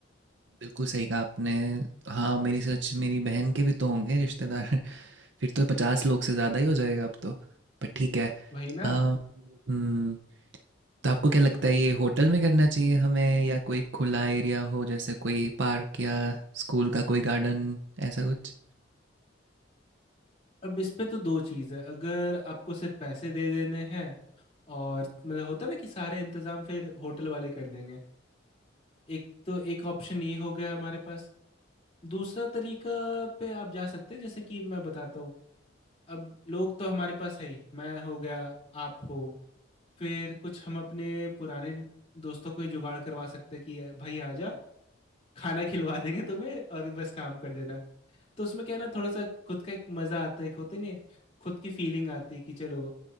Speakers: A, on the right; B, on the left.
A: बिल्कुल सही कहा आपने हाँ मेरी सच मेरी बहन के भी तो होंगे रिश्तेदार <laughs> फिर तो पचास लोग से ज़्यादा ही हो जाएगा अब तो पर ठीक है
B: वही ना
A: अ, हम्म, तो आपको क्या लगता है ये होटल में करना चाहिए हमें या कोई खुला एरिया हो जैसे कोई पार्क या स्कूल का कोई गार्डन ऐसा कुछ
B: अब इस पे तो दो चीज़ है अगर आपको सिर्फ पैसे दे देने हैं और मतलब होता है ना कि सारे इंतजाम फिर होटल वाले कर देंगे एक तो एक ऑप्शन ये हो गया हमारे पास दूसरा तरीका पे आप जा सकते हैं जैसे कि मैं बताता हूँ अब लोग तो हमारे पास है ही मैं हो गया आप हो फिर कुछ हम अपने पुराने दोस्तों को ही जुगाड़ करवा सकते हैं कि भाई आ जा खाना खिलवा देंगे तुम्हें और बस काम कर देना तो उसमें क्या है ना थोड़ा सा खुद का एक मजा आता है एक होते नहीं है, खुद की फीलिंग आती है कि चलो